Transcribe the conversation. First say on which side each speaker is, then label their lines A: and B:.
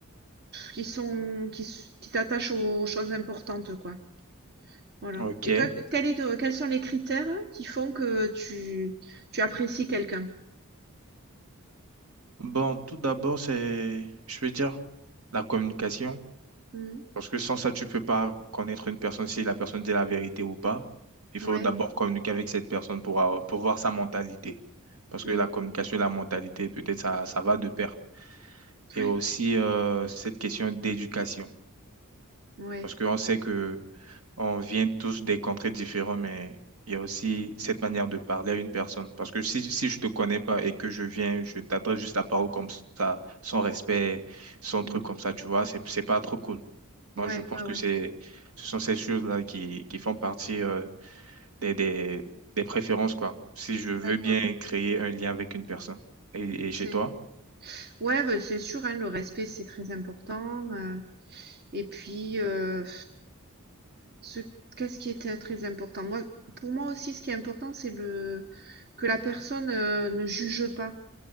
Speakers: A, on the right; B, on the right.
A: qui sont qui s qui s'attachent aux choses importantes, quoi. Voilà
B: Ok.
A: et toi, quel est te quels sont les critères qui font que tu tu apprécies quelqu'un?
B: Bon, tout d'abord, c'est, je veux dire, la communication.
A: Mmh
B: Parce que sans ça, tu peux pas connaître une personne si la personne dit la vérité ou pas. Il faut
A: Ouais.
B: d'abord communiquer avec cette personne pour, euh, pour voir sa mentalité. Parce
A: Mmh.
B: que la communication et la mentalité, peut-être, ça, ça va de pair. Et
A: Ouais.
B: aussi, euh, cette question d'éducation.
A: Ouais.
B: Parce qu'on sait que on vient tous des contrées différents mais il y a aussi cette manière de parler à une personne. Parce que si, si je te connais pas et que je viens, je t'adresse juste la parole comme ça, sans respect, sans
A: Mmh.
B: truc comme ça, tu vois, c'est, c'est pas trop cool. Moi,
A: Ouais,
B: je pense
A: ouais, ouais.
B: que c'est, ce sont ces choses-là qui, qui font partie, euh, des, des, des préférences, quoi. Si je veux
A: D'accord.
B: bien créer un lien avec une personne. Et, et
A: C'est
B: chez toi?
A: Ouais, ben, c'est sûr, hein, le respect, c'est très important. euh, et puis, euh, ce, qu'est-ce qui est euh, très important? Moi, pour moi aussi, ce qui est important, c'est le, que la personne euh, ne juge pas.